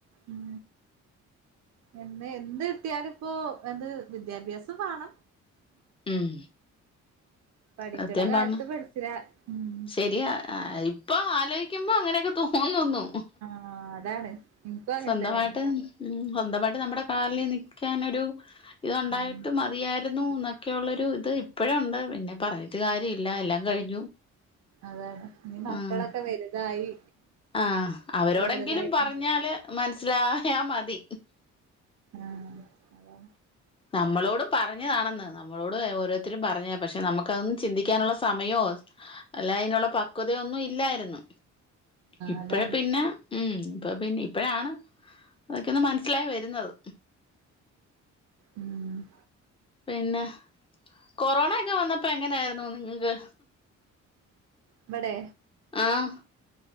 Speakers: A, on the right; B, on the left.
A: ഉം എന്ന് എന്ത് കിട്ടിയാലും ഇപ്പോ എന്ത് വിദ്യാഭ്യാസം മാണം.
B: ഉം
A: പഠിക്ക്ണ
B: സത്യം
A: കാലത്ത്
B: പറഞ്ഞ
A: പഠിച്ചിലാ ഉം
B: ശരിയാ ഇപ്പൊ ആലോയിക്കുമ്പോ അങ്ങനെക്കെ തോന്നുന്നു.
A: ആഹ് അതാണ് ഇൻക്കും അങ്ങനെ
B: സ്വന്തമായിട്ട്
A: തന്നെയാണ്
B: ഉം സ്വന്തമായിട്ട് നമ്മുടെ കാലിൽ നിൽക്കാനൊരു ഇത്ണ്ടായിട്ട്
A: ഉം
B: മതിയായിരുന്നു ന്നൊക്കെ ഉള്ളൊരു ഇത് ഇപ്പഴും ണ്ട് പിന്നെ പറഞ്ഞിട്ട് കാര്യ ഇല്ല എല്ലാം കഴിഞ്ഞു
A: അതെന്നെ ഇനി മക്കളക്കെ
B: ആഹ്
A: വലുതായി
B: ആഹ്
A: ഓല്
B: അവരോടെങ്കിലും
A: ഓലതായിട്ട്
B: പറഞ്ഞാൽ മനസ്സിലായാൽ മതി.
A: ആഹ് അതെ
B: നമ്മളോടും പറഞ്ഞതാണെന്ന് നമ്മളോട് ഓരോരുത്തരും പറഞ്ഞ പക്ഷെ നമുക്കതൊന്ന് ചിന്തിക്കാനുള്ള സമയോ അല്ല അയിനുള്ള പക്വതയൊന്നും ഇല്ലായിരുന്നു ഇപ്പഴാ
A: അതാണ്
B: പിന്നെ ഉം ഇപ്പ പിന്നെ ഇപ്പഴാണ് അതൊക്കെ ഒന്ന് മനസ്സിലായി വര്ന്നത്.
A: ഉം
B: പിന്നെ കൊറോണ ഒക്കെ വന്നപ്പോ എങ്ങനെയായിരുന്നു നിങ്ങക്ക്?
A: ഇബടെ?
B: ആഹ്